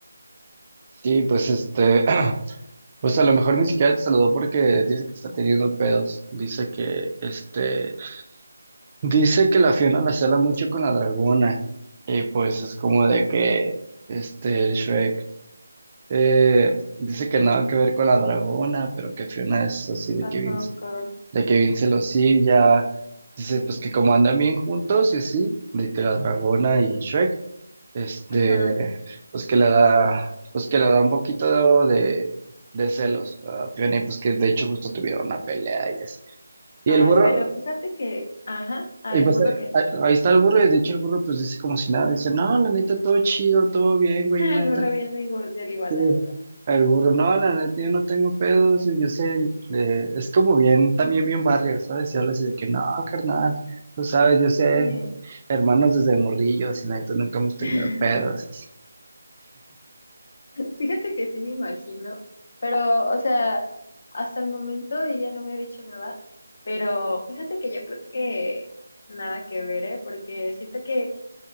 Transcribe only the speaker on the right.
sí, pues este, <clears throat> pues a lo mejor ni siquiera te saludó porque dice que está teniendo pedos. Dice que, este, dice que la Fiona la cela mucho con la dragona. Y pues es como de que, este, el Shrek, eh, dice que nada que ver con la dragona, pero que Fiona es así de
que Vince,
de que Vince celosilla. Dice, pues que como andan bien juntos y así, de que la dragona y el Shrek. este,
pues que le da, pues que le da un poquito de, de celos a Fiona y pues que de hecho justo tuvieron una pelea ellas. Y
el burro,
y pues
eh,
ahí ahí está el burro y de hecho el burro pues dice como si nada, dice, no, la neta, todo chido, todo bien,
güey,
la neta.
Sí.
El burro, no, la neta, yo no tengo pedos, y yo sé, eh, es como bien, también bien barrio, ¿sabes? Y habla así de que, no, carnal, tú sabes, yo sé,
hermanos desde morrillos, y la neta, nunca hemos tenido
pedos. así.